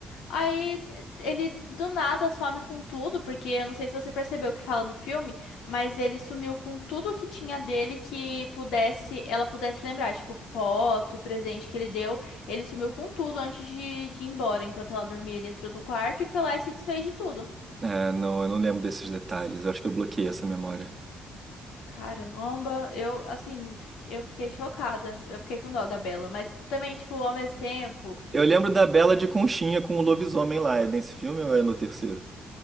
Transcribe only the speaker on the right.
É, não, eu não lembro desses detalhes. Eu acho que eu bloqueei essa memória.
Eu lembro da Bela de Conchinha com o lobisomem lá. É nesse filme ou é no terceiro?